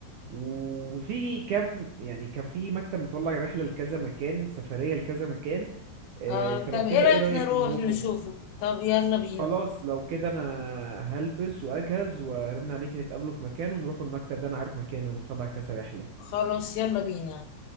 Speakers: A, on the right; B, on the left.
A: وفي كم يعني كان في مكتب مطلع رحله لكذا مكان سفريه لكذا مكان آه،
B: اه
A: فلو
B: طب
A: كده
B: ايه رأيك
A: ايه رايك
B: نروح
A: نروحه
B: نشوفه طب يلا بينا
A: خلاص لو كده انا هلبس واجهز وارن عليك نتقابله في مكان ونروحوا المكتب ده انا عارف مكانه انا مطلع كذا رحله
B: خلاص يلا بينا